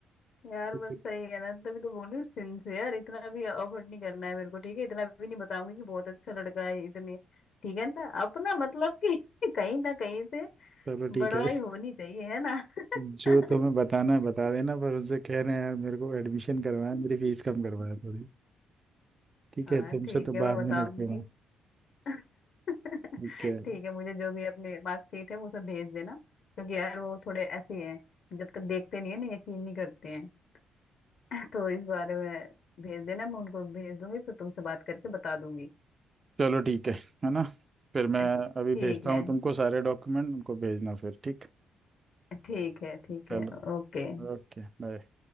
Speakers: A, on the left (about 60°); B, on the right (about 30°).
A: यार
B: तो
A: बस सही है ना तभी तो बोल रही हूँ सिंसियर इतना भी अफर्ट नहीं करना है मेरे को ठीक है इतना भी नहीं बताऊंगी कि बहुत अच्छा लड़का है इतने ठीक है ना अपना मतलब कि <laughs> कहीं ना कहीं से
B: चलो ठीक
A: बड़वाई
B: है
A: होनी चाहिए है ना
B: जो
A: <laughs>
B: तुम्हें बताना है बता देना पर उनसे कहना है, यार मेरे को एडमिशन करवाना है मेरी फीस कम करवाना थोड़ी ठीक
A: हाँ
B: है तुमसे
A: ठीक
B: तो
A: है मैं
B: बाद में
A: बताऊंगी
B: निपटूंगा
A: <laughs>
B: ठीक है
A: ठीक है मुझे जो भी अपनी मार्कशीट है वो सब भेज देना क्योंकि यार वो थोड़े ऐसे ही हैं जब तक देखते नहीं है ना यकीन नहीं करते हैं <laughs> तो इस बारे में भेज देना मैं उनको भेज दूंगी फिर तुमसे बात करके बता दूंगी
B: चलो ठीक है है ना फिर मैं
A: अ,
B: अभी
A: ठीक
B: भेजता
A: है
B: हूँ तुमको सारे डॉक्यूमेंट उनको भेजना फिर ठीक
A: ठीक है ठीक
B: चलो
A: है ओके
B: ओके बाय